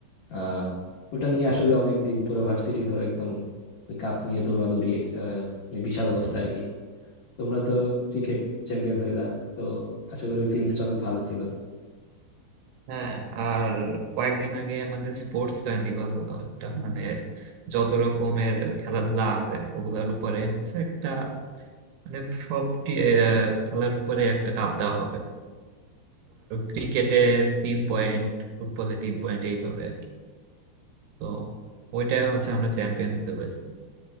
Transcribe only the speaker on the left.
আহ ওটা নিয়ে আসলে অনেক দিন পুরো ভার্সিটি ধরো একদম ওই কাপ নিয়ে দৌড়াদৌড়ি একটা মানে বিশাল অবস্থা আর কি তোমরা তো ক্রিকেট চ্যাম্পিয়ন হইলা তো আশা করি ওই ফিলিংসটা অনেক ভালো ছিল